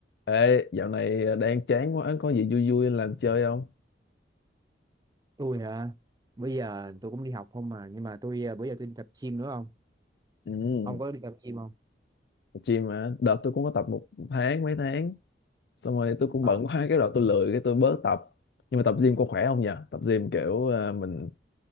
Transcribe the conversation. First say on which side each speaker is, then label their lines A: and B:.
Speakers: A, on the left; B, on the right.
A: Ê, dạo này ờ, đang chán quá, có gì vui vui làm chơi không?
B: tôi hả bây giờ tôi cũng đi học không mà nhưng mà tôi à, bữa giờ tôi đi tập gym nữa không
A: Ừ,
B: ông có đi tập gym không
A: gym mà, đợt tôi cũng có tập một tháng, mấy tháng Xong rồi tôi cũng
B: Ờ,
A: bận quá, <laughs> cái đợt tôi lười, cái tôi bớt tập Nhưng mà tập gym có khỏe không nhỉ? Tập gym kiểu ờ, mình